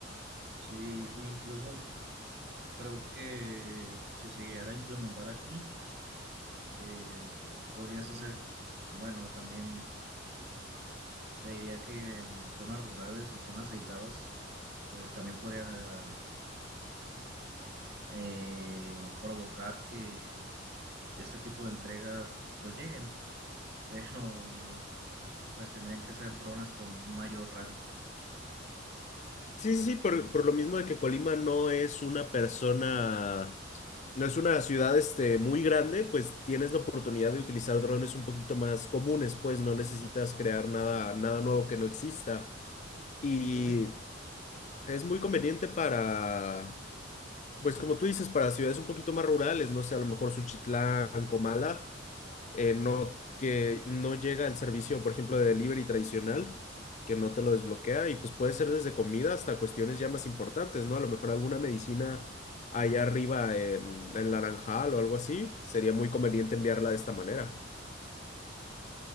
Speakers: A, on the right; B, on the left.
A: sí, e incluso creo que si se llegara a implementar aquí, eh, podrías hacer, bueno, también. Te diría que en zonas rurales o zonas aisladas, pues también podrían eh, provocar que este tipo de entregas pues lleguen, <laughs> pero pues tendrían que ser drones con mayor rango.
B: Sí, sí, sí, por, por lo mismo de que Colima no es una persona, no es una ciudad este, muy grande, pues tienes la oportunidad de utilizar drones un poquito más comunes, pues no necesitas crear nada, nada nuevo que no exista. Y
A: Entonces,
B: es muy conveniente para, pues como tú dices, para ciudades un poquito más rurales, no sé, a lo mejor Suchitlán, Comala eh, no, que no llega el servicio, por ejemplo, de delivery tradicional, que no te lo desbloquea y pues puede ser desde comida hasta cuestiones ya más importantes, ¿no? A lo mejor alguna medicina allá arriba en, en Naranjal o algo así, sería muy conveniente enviarla de esta manera.